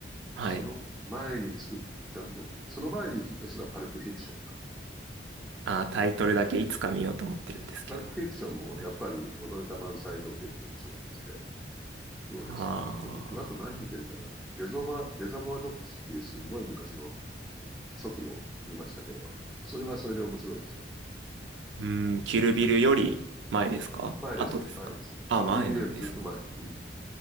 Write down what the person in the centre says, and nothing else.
その前に作ったの、
その前にヒットしたのはパルプフィクションか。
そうですね。パルプフィクションもやっぱり元ネタ満載の結構面白いやつで。
そうですね。
あと僕、あと何見てるかな。レゾバ、レザボアドックスっていうすごい昔の初期の見ましたけど、それはそれで面白いですよ。
前ですね、前ですね。
キルビルよりずっと前。うん。